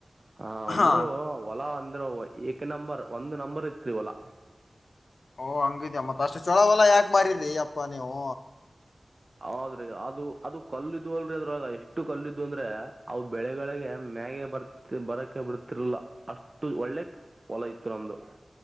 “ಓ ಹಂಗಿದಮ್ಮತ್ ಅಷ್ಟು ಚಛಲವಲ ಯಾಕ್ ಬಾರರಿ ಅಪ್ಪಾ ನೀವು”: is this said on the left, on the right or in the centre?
Left